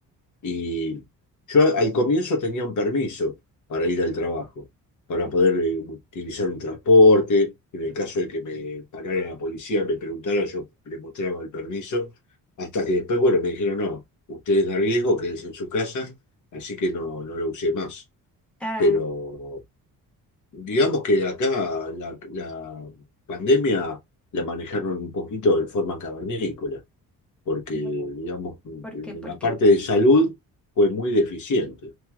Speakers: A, on the left; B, in the centre.
A: Y yo al comienzo tenía un permiso para ir al trabajo, para
B: sí.
A: poder eh, utilizar un transporte. En el caso de que me parara la policía, me preguntara, yo le mostraba el permiso. Hasta que después, bueno, me dijeron, no, usted es de riesgo, quédese en su casa, así que no, no lo usé más.
B: Ah,
A: Pero digamos que acá la, la pandemia la manejaron un poquito de forma cavernícola porque,
B: muy raro.
A: digamos,
B: ¿por
A: en
B: qué? ¿Por
A: la
B: qué?
A: parte de salud fue muy deficiente.